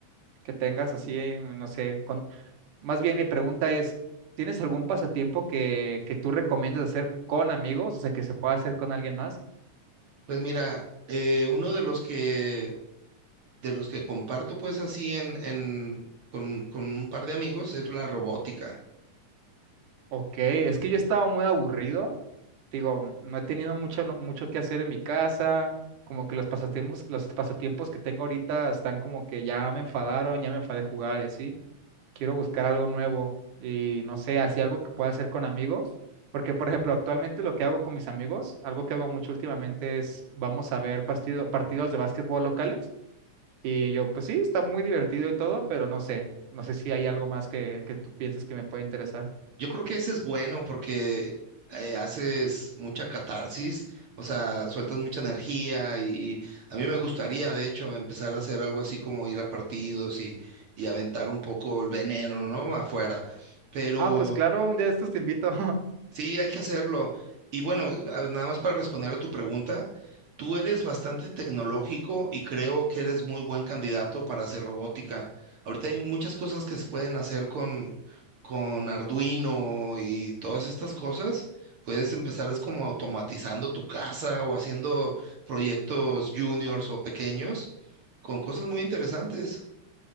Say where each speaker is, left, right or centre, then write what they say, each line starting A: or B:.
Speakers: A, on the right; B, on the right.
A: que tengas, así, eh, no sé. con- Más bien mi pregunta es, ¿tienes algún pasatiempo que, que tú recomiendas hacer con amigos? O sea, que se pueda hacer con alguien más.
B: Pues mira, eh, uno de los que de los que comparto pues así en, en- con, con un par de amigos es la robótica.
A: Ok, es que yo estaba muy aburrido. Digo, no he tenido mucho, no- mucho que hacer en mi casa. Como que los pasatiempos, los pasatiempos que tengo ahorita están como que ya me enfadaron, ya me enfadé de jugar y así. Quiero buscar algo nuevo y no sé, así algo que pueda hacer con amigos. Porque, por ejemplo, actualmente lo que hago con mis amigos, algo que hago mucho últimamente es vamos a ver partido- partidos de básquetbol locales. Y yo, pues sí, está muy divertido y todo, pero no sé, no sé si hay algo más que, que tú pienses que me puede interesar.
B: Yo creo que ese es bueno porque eh, haces mucha catarsis, o sea, sueltas mucha energía y a mí me gustaría de hecho empezar a hacer algo así como ir a partidos y, y aventar un poco el veneno, ¿no? Afuera. Pero
A: Ah, pues claro, un día de estos te invito. <laughs>
B: Sí, hay que hacerlo. Y bueno, a- nada más para responder a tu pregunta, tú eres bastante tecnológico y creo que eres muy buen candidato para hacer robótica. Ahorita hay muchas cosas que se pueden hacer con, con Arduino y todas estas cosas. Puedes empezar es como automatizando tu casa o haciendo proyectos juniors o pequeños con cosas muy interesantes.